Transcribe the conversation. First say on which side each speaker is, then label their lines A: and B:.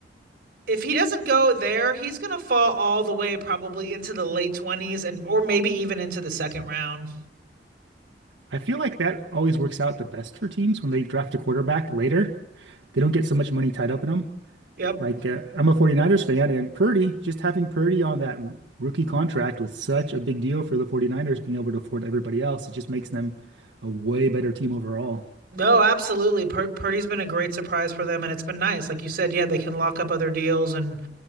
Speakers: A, on the right; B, on the right.
A: if he doesn't go there, he's gonna fall all the way probably into the late twenties and or maybe even into the second round.
B: I feel like that always works out the best for teams when they draft a quarterback later. They don't get so much money tied up in them.
A: Yep.
B: Like, uh, I'm a 49ers fan, and Purdy, just having Purdy on that r- rookie contract was such a big deal for the 49ers being able to afford everybody else. It just makes them a way better team overall.
A: No, absolutely. Pur- Purdy's been a great surprise for them, and it's been nice. Like you said, yeah, they can lock up other deals and